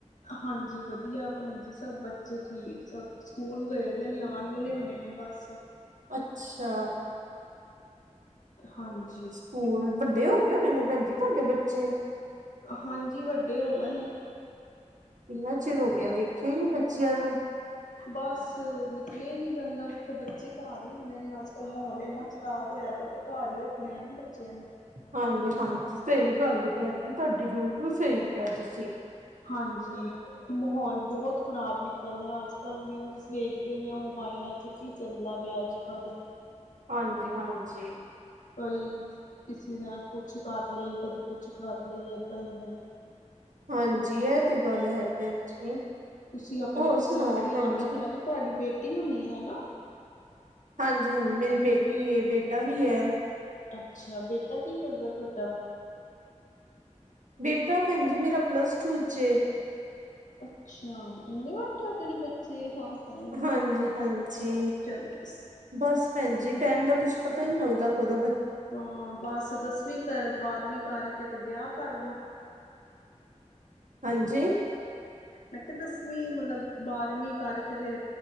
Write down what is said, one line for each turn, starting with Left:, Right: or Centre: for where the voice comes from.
Left: ਹਾਂਜੀ ਵਧੀਆ ਭੈਣ ਜੀ ਸਭ ਬੱਚੇ ਠੀਕ ਸਭ ਸਕੂਲ ਗਏ ਤੇ ਨੇ ਆਉਣ ਵਾਲੇ ਹੋਣੇ ਨੇ ਬਸ
Right: ਅੱਛਾ
Left: ਹਾਂਜੀ
Right: ਸਕੂਲ ਵੱਡੇ ਹੋ ਗਏ ਹੋਣੇੇ ਨੇ ਭੈਣ ਜੀ ਤੁਹਾਡੇ ਬੱਚੇ।
Left: ਹਾਂਜੀ ਵੱਡੇ ਹੋ ਗ ਨੇ।
Right: ਕਿੰਨਾ ਚਿਰ ਹੋ ਗਿਆ ਦੇਖਿਆ ਹੀ ਨੀ ਬੱਚਿਆਂ ਨੂੰ।
Left: ਧ ਬਸ ਨਿਕਲ ਹੀ ਨਹੀਂ ਜਾਂਦਾ ਕਿਤੇ ਬੱਚੇ ਘਰ ਹੀ ਹੁੰਦੇ ਨੇ ਅੱਜ ਕੱਲ ਮਾਹੌਲ ਇੰਨਾ ਖਰਾਬ ਹੋਇਆ। ਘਰ ਹੀ ਰੱਖਣੇ ਆ ਨਾ ਬੱਚਿਆਂ ਨੂੰ।
Right: ਹਾਂਜੀ ਹਾਂਜੀ ਸਹੀ ਗੱਲ ਭੈਣ ਜੀ ਤੁਹਾਡੀ ਬਿਲਕੁਲ ਸਹੀ ਕਿਹਾ ਤੁਸੀਂ।
Left: ਹਾਂਜੀ। ਮਾਹੌਲ ਬਹੁਤ ਖ਼ਰਾਬ ਨਿਕਲਦਾ ਅੱਜ ਕੱਲ੍ਹ ਨਿਊਜ਼ ਵੇਖਦੇ ਨੇ ਆ ਮੋਬਾਇਲਾਂ ਚ। ਕੀ ਚੱਲਦਾ ਪਿਆ ਅੱਜ ਕੱਲ੍ਹ।
Right: ਹਾਂਜੀ ਹਾਂਜੀ।
Left: ਕਈ ਕਿਸੇ ਨੇ ਕੁਛ ਕਰ ਲਈਆ ਕਦੇ ਕੁਛ ਕਰ ਲਈ ਏਦਾਂ ਇਨਾ ਹੀ
Right: ਹਾਂਜੀ ਇਹ ਤੇ ਗੱਲ ਹੈ ਭੈਣ ਜੀ।
Left: ਤੁਸੀਂ ਆਪਣੇ
Right: ਹੋਰ
Left: ਬੱਚਿਆਂ
Right: ਸੁਣਾਓ
Left: ਦਾ ਧਿਆਨ
Right: ਭੈਣ ਜੀ
Left: ਰੱਖਿਆ ਕਿ ਤੁਹਾਡੀ ਬੇਟੀ ਹੋਣੀ ਹੈ ਹਨਾ।
Right: ਹਾਂਜੀ ਹਾਂਜੀ ਮੇਰੀ ਬੇਟੀ ਬੇਟਾ ਵੀ ਹੈ।
Left: ਅੱਛਾ ਬੇਟਾ ਕੀ ਕਰਦਾ ਤੁਹਾਡਾ।
Right: ਬੇਟਾ ਭੈਣ ਜ ਮੇਰਾ ਪਲੱਸ ਟੂ ਚ
Left: ਅੱਛਾ ਇੰਨੇ ਵੱਡੇ ਹੋ। ਜ ਹ
Right: ਹਾਂਜੀ ਹਾਂਜੀ
Left: ਚਲੋ
Right: ਬਸ ਭੈਣ ਜੀ ਟਾਈਮ ਦਾ ਕੁੱਛ ਪਤਾ ਹੀ ਨੀ ਲੱਗਦਾ ਖਦੋ।
Left: ਹਾਂ ਬਸ ਦਸਵੀਂ ਕਰ ਬਾਰਵੀਂ ਕਰਕੇ ਤੇ ਵਿਆਹ ਕਰਦੋ।
Right: ਹਾਂਜੀ
Left: ਮੈਂ ਕਿਹਾ ਦਸਵੀਂ ਮਤਲਬ ਬਾਰਵੀਂ ਕਰਕੇ ਤੇ